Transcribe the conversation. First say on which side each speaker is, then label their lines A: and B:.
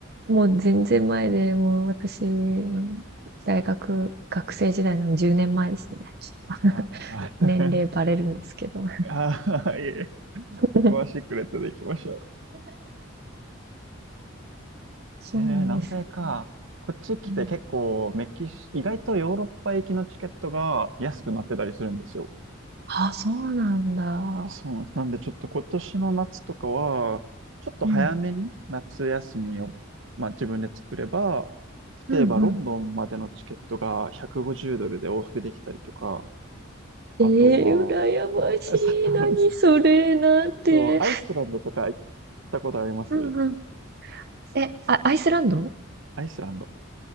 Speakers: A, on the right; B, on the right.
A: う、もう全然前で、もう私の大学、学生時代の10年前ですね。ちょっ
B: ああ、<laughs>
A: と年齢バレるんですけど。
B: ああ、いえ、
A: <laughs>
B: そこはシークレットで行きましょう。
A: そうなんですよね。
B: えー、南米か。こっち来て結構メキシ、
A: うん。
B: 意外とヨーロッパ行きのチケットが安くなってたりするんですよ。
A: あ、そうなんだ。
B: そうなんです。なんでちょっと今年の夏とかは、ちょっと早めに夏休みを、
A: うん。
B: まあ自分で作れば、
A: うんうん。
B: 例えばロンドンまでのチケットが150ドルで往復できたりとか、あと
A: えー羨ましい。
B: は、<laughs>
A: 何それ、なんて。
B: あとアイスランドとか行ったことあります
A: うんえ、あ、アイスランド
B: アイスランド。